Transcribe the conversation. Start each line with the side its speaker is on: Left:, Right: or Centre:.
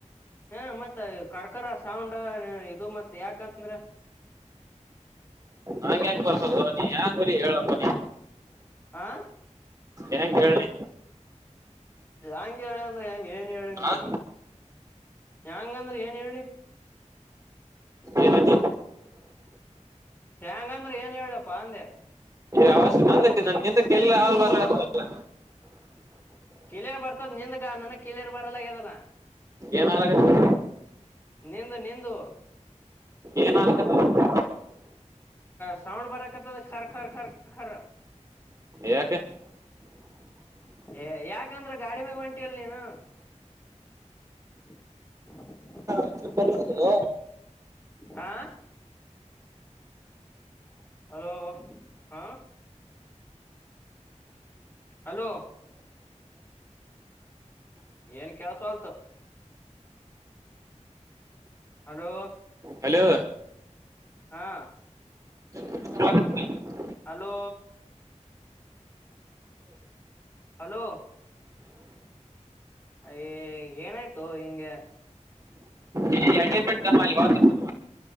Left: ಹ ಮತ್ತ ಕರ್ಕರ ಸೌಂಡ್ ಇದು ಮತ್ತ್ ಯಾಕಂದ್ರ
Right: ಹಂ ಹೆ್ಯಾಂಗ ಬರ್ತಲ್ ನೀ ಹ್ಯಾಂಗ ಹೊಿ ಹೇಳಪ್ಪ ನೀ
Left: ಆಾ
Right: ಏಂಗ ಹೇಳಿ
Left: ಹೆಂಗಗೆ ಹೇಳಿ ಅಂದ್ರೆ ಹೆಂಗಗೆ ಏನ್ ಹೇಳಿ ನಿನ್ಗ
Right: ಆ
Left: ಯಂಗಂದ್ರೆ ಏನ್ ಹೇಳಿ
Right: ಏನೈತಿ
Left: ಹೆ್ಯಾಂಗಂದ್ರೆ ಏನ್ ಹೇಳಪ್ಪಾ ಅಂದೆ
Right: ಅವ ನಂದಕ್ಕೆ ನನ್ಗೆಂತ ಕೆಲ್ಲ ಆಲ್ ಬಾರಲ್ಲ
Left: ಕಳಿಯರ್ ಬರ್ತದ್ ನಿಂದಗ ನನಗ್ ಕಿಳಿಯರ್ ಬರಲ ಆಗ್ಯದಲ್ಲ
Right: ಏನ್ ಹಾಳಾಗೋಯ್ತು
Left: ನಂದು ನಂದು
Right: ಏನ್ ಆಲಕತ್ತ
Left: ಸೌಂಡ್ ಬರಕ್ಕೆ ಕರೆ ಕರ ಕರ
Right: ಯಾಕೆ
Left: ಏ ಯಾಕಂದ್ರ ಗಾಡಿ ಮ್ಯಾಗ ಒಂಟಿಯಲ್ ನೀನು <unintelligible>
Right: ಬಸ್ಸಿಗೆ ಬರ್ತೀನಿ
Left: ಹ್ ಹಲೋ ಹಾ ಹಲೋ ಏನ್ ಕೆಲಸ ಅಲ್ತು ಹಲೋ
Right: ಹಲೋ
Left: ಹಾ
Right: ಹ <inaudible>
Left: ಹಲೋ ಹಲೋ ಯ್ ಏನಾಯ್ತು ಹಿಂಗೆ
Right: ಈ ಅಣ್ಣೆ ಬೆಟ್ಟ ಬಾ ಮಾತಾಡೋ